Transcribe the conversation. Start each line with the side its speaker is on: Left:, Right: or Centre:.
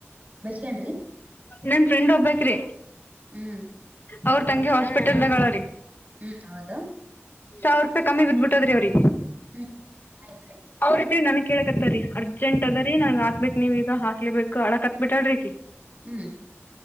Right: ಬೈಸ್ಕಂಡ್ರಿ
Left: ನನ್ ಫ್ರೆಂಡ್ ಒಬ್ಬಕ್ರಿ
Right: ಹ್ಮ್
Left: ಅವ್ರ ತಂಗಿ ಹಾಸ್ಪಿಟಲ್ದಾಗಳ
Right: ಹ್ಮ್ ಹೌದು
Left: ಸಾವಿರ ರೂಪಾಯಿ ಕಮ್ಮಿ ಬಿದ್ಬಿಟ್ಟದ್ರಿ ಅವ್ರಿ
Right: ಹ್ಮ್ ಆಯ್ತ್ರಿ
Left: ಅವ್ರತ್ರಿ ನನ್ ಕೇಳಕತ್ತ್ರೀ ಅರ್ಜೆಂಟ್ ಅರ್ಜೆಂಟ್ ಅದರೀ ನಂಗ ಹಾಕಬೇಕು ನೀವ್ ಈಗ ಹಾಕ್ಲೆಬೇಕು ಅಳಕತ್ ಮ್ ಬಿಟ್ರಲ್ಲರೀ ಆಕಿ
Right: ಹ್ಮ್